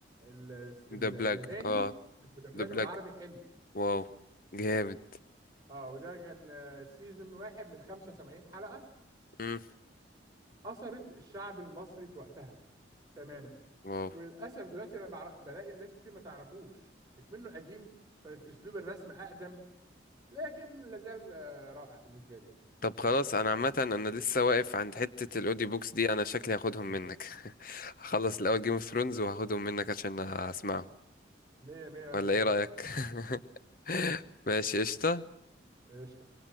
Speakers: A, on the right; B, on the left.
A: ال الياباني
B: ده بلاك اه
A: مدبلجه
B: ده بلاك
A: بالعربي حلو
B: واو جامد
A: اه وده كان سيزون واحد من 75 حلقه
B: امم
A: اثرت الشعب المصري في وقتها تماما
B: واو
A: وللاسف دلوقتي انا بعر- بلاقي الناس كتير ما تعرفوش اكمنه قديم فاسلوب الرسم اقدم لكن لازال آه، رائع بالنسبة لي
B: طب خلاص انا عامه انا لسه واقف عند حته الاوديو بوكس دي انا شكلي هاخدهم منك <laughs> هخلص الاول جيم اوف ثرونز وهاخدهم منك عشان اسمعهم
A: مية مية ولا
B: ولا
A: فراخ
B: ايه رايك
A: الجمال
B: <laughs> ماشي قشطه
A: قشطة